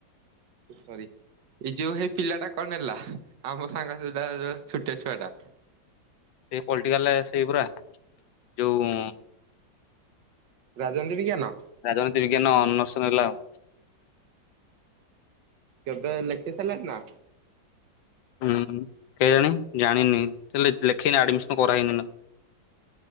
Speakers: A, on the right (about 70°); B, on the left (about 80°).
A: ଏ ସରି। ଏଇ ଯୋଉ ହେ ପିଲାଟା କଣ ନେଲା। ଆମ ସାଙ୍ଗସ ସେ ଯା ଯୋଉ ଛୋଟିଆ ଛୁଆ ଟା।
B: ସେ ପଲଟିକାଲ ସେଇ ପରା ଯୋଉ
A: ରାଜନୀତି ବିଜ୍ଞାନ?
B: ରାଜନୀତି ବିଜ୍ଞାନ ଅନର୍ସ ନେଲା ଆଉ।
A: କେବେ ଲେଖି ସାରିଲା ନା?
B: ହୁଁ କେଜାଣି ଜାଣିନି ସେ ଲେ ଲେଖି ଆଡମିସନ୍ କରାହେଇନି। <unintelligible>